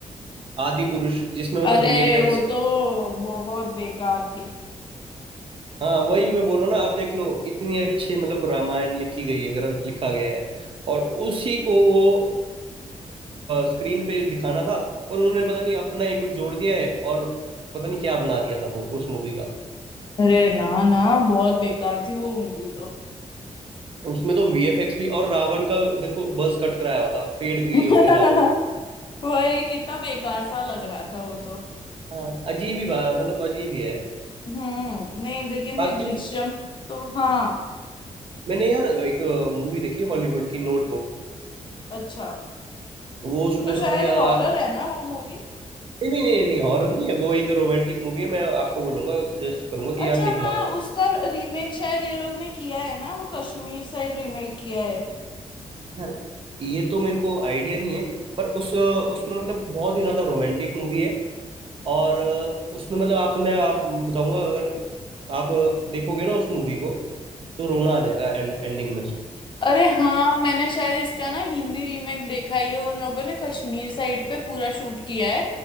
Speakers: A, on the right (about 45°); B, on the left (about 40°).
A: आदि पुरुष जिसमें मतलब
B: अरे
A: वीएफएक्स
B: वो तो बहुत बेकार थी
A: हाँ वही मैं बोल रहा हूँ ना आप देख लो इतनी अच्छी मतलब रामायण लिखी गई है ग्रंथ लिखा गया है और उसी को वो स्क्रीन पे दिखाना था पर उन्होंने पता नहीं अपना ही कुछ जोड़ दिया है और पता नहीं क्या बना दिया था वो उस मूवी का।
B: अरे ना ना बहुत बेकार थी वो मूवी तो
A: उसमें तो वीएफएक्स भी और रावण का देखो बuzz कट कराया हुआ था फेड किए
B: <laughs>
A: हुए थे रावण के
B: वही कितना बेकार सा लग रहा था वो तो
A: हाँ अजीब ही बा- मतलब अजीब ही है
B: हम्म नहीं लेकिन
A: बाकी
B: ये दृश्यम तो हाँ
A: मैंने यार एक मूवी देखी हॉलीवुड की नोटबुक
B: अच्छा
A: वो उसमें
B: वो तो
A: तो
B: शायद
A: भाई अ, आप
B: हॉरर है ना वो मूवी
A: नहीं नहीं नहीं नहीं हॉरर नहीं है वो एक रोमांटिक मूवी है मैं आपको बोलूंगा सजेस्ट करूंगा
B: अच्छा
A: कि यार देखना
B: हाँ
A: वो
B: उसका रीमेक शायद ये लोग ने किया है ना वो कश्मीर साइड रीमेक किया है
A: यार ये तो मेरे को आइडिया नहीं है पर उस अ, उसमें मतलब बहुत ही ज्यादा रोमांटिक मूवी है और अ, उसमें मतलब आपको मैं आप बताऊंगा अगर आप अ, देखोगे ना उस मूवी को तो रोना आ जाएगा एंड, एंडिंग में उसकी
B: अरे हाँ मैंने शायद इसका ना हिंदी रीमेक देखा है ये उन लोगों ने कश्मीर साइड पे पूरा शूट किया है